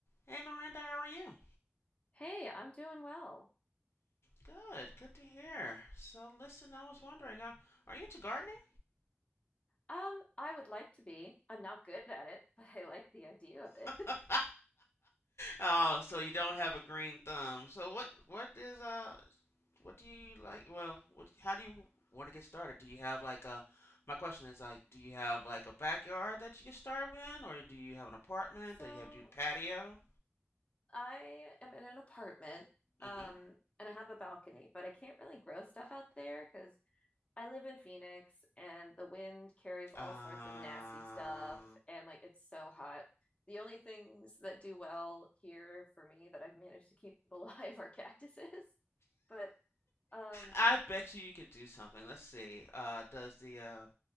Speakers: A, on the left; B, on the left.
A: Hey Miranda, how are you?
B: Hey, I'm doing well.
A: Good, good to hear. So listen, I was wondering, uh, are you into gardening?
B: Um, I would like to be. I'm not good at it, <laughs> but I like the idea of it.
A: <laughs>
B: <laughs>
A: Oh, so you don't have a green thumb. So what what is uh what do you like? Well, what how do you want to get started? Do you have like a my question is like, do you have like a backyard that you can start with, or do you have an apartment
B: So
A: that you have to do patio?
B: I am in an apartment, um,
A: Mm-hmm.
B: and I have a balcony, but I can't really grow stuff out there because I live in Phoenix and the wind carries all
A: Uh,
B: sorts of nasty stuff, and like it's so hot. The only things that do well here for me that I've managed to keep alive <laughs> are cactuses. But um,
A: I bet you you can do something. Let's see. Uh, does the uh,